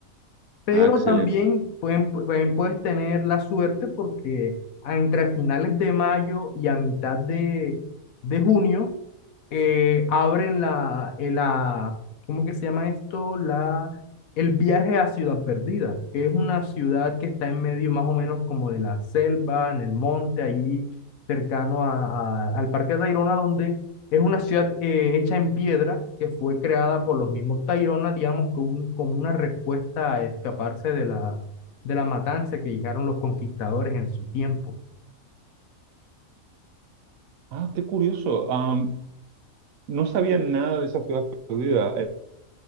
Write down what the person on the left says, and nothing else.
Pero
también pueden, pueden- puedes tener la suerte porque a- entre finales de mayo y a mitad de, de junio eh, abren la, eh, la, ¿cómo que se llama esto? La, el viaje a Ciudad Perdida, que es una ciudad que está en medio más o menos como de la selva, en el monte, ahí cercano a- a- al Parque Tayrona, donde Es una ciudad eh, hecha en piedra que fue creada por los mismos Tairona, digamos, como, un- como una respuesta a escaparse de la, de la matanza que llegaron los conquistadores en su tiempo.